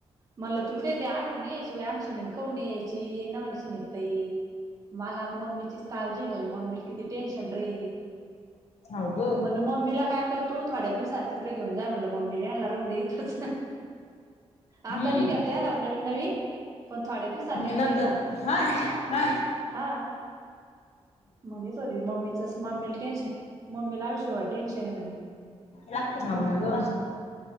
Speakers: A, on the right; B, on the left.
A: म्हणलं तुला का दे आठवण यायची आमची म्हणे कौन नाही यायची येई न म्हणे सुनीता ताई. मला आता मम्मीचीच काळजी म्हणे मम्मीला किती टेन्शन रे.
B: हाउ ग.
A: मम्मीला काय करतू थोड्या दिवसात तिकडे घेऊन जाय म्हणलं मम्मीला येना राहून दे इथच.
B: हम्म
A: आता नाही नेता येणार नवीन नवीन पण थोड्या दिवसांनी नेता
B: नंतर
A: येईन ना.
B: हा हा
A: हा... म्हणत होती मम्मीच मम्मीला टेन्शन मम्मीला आयुष्यभर टेन्शन आहे म्हणे.
B: रातते खऊ ना ग